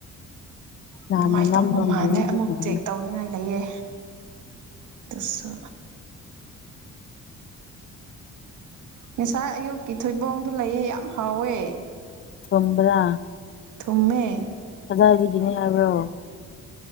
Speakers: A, on the left (about 45°); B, on the right (about 75°).
A: ꯅꯍꯥꯟꯅ
B: ꯑꯗꯨꯃꯥꯏꯅ
A: ꯅꯝꯕ
B: ꯇꯧꯕ ꯃꯥꯥꯟꯅꯦ
A: ꯃꯌꯨꯝꯗꯨꯅ
B: ꯑꯃꯨꯛ ꯆꯦꯛ ꯇꯧ ꯆꯪꯅꯤꯡꯉꯥꯏ ꯂꯩꯌꯦ ꯑꯗꯨꯁꯨ ꯉꯁꯥꯏ ꯑꯌꯨꯛꯀꯤ ꯊꯣꯏꯕꯣꯡꯗꯨ ꯂꯩꯌꯦ ꯌꯥꯝ ꯍꯥꯎꯋꯦ
A: ꯊꯨꯝꯕ꯭ꯔꯥ
B: ꯊꯨꯝꯃꯦ
A: ꯀꯗꯥꯏꯗꯒꯤꯅꯦ ꯍꯥꯏꯕ꯭ꯔꯣ